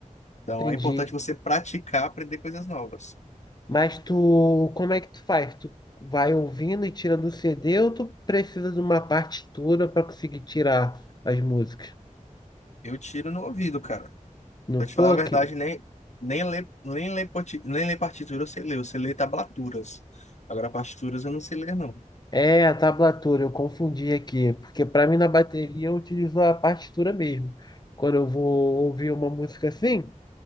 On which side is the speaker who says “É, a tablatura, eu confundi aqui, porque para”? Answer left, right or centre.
Left